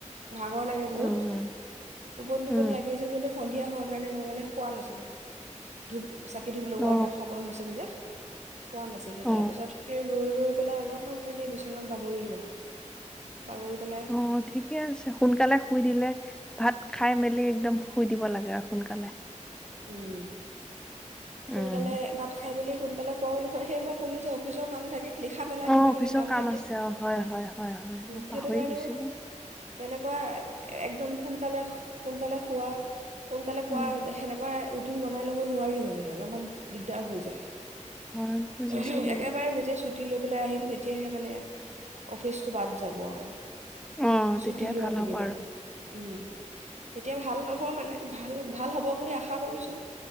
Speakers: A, on the right; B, in the centre.
A: ভাগৰ লাগে বহুত,
B: উম
A: টোপনি টোপনি
B: উম
A: লাগি আছিল, কিন্তু সন্ধিয়া হোৱাৰ কাৰণে মই মানে শোৱা নাছিলোঁ। ধূপ- চাকি-ধূপ লগোৱাৰ
B: অ
A: এটা সময় হৈছিল যে। শোৱা নাছিলোঁ,
B: অ
A: তাৰপিছত সেই ৰৈ ৰৈ- পেলাই অলপমান এনেই বিচনাত বাগৰিলোঁ আৰু। বাগৰি পেলাই
B: অহ ঠিকে আছে, সোনকালে শুই দিলে ভাত- খাই-মেলি একদম শুই দিব লাগে আৰু সোনকালে।
A: উম। সোনকালে
B: উম।
A: ভাত খাই বুলি- সোনকালে শুৱাও নহয়, সেই মই কলোঁ যে, অফিচৰ কাম থাকে। লিখা মেলা কিবাকিবি
B: অহ, অফিচৰ কাম
A: থাকে
B: আছে, অ হয় হয় হয় হয়। মই
A: সেইটো
B: পাহৰি
A: কাৰণেও
B: গৈছিলোঁ।
A: তেনেকুৱা এ একদম সোনকালে স, সোনকালে শুৱা সোনকালে শুৱা,
B: উম
A: এ সেনে কে ৰুটিন বনাই ল'ব নোৱাৰি মানে, অলপমান দিগদাৰ হৈ যায়।
B: হয় বুজিছো
A: এহে,
B: বুজিছো
A: একেবাৰে যেতিয়া চুত- টি লৈ পেলাই আহিল তেতিয়াহে মানে অফিচটো বাদ যাব আৰু।
B: অ',
A: ছুটি
B: তেতিয়াই
A: লোৱা
B: ভাল
A: কেইদিন
B: হ'ব
A: আৰু উম। তেতিয়া ভাল নহওঁ মানে ভাল ভাল হ'ব বুলি আশা শা কৰিছোঁ।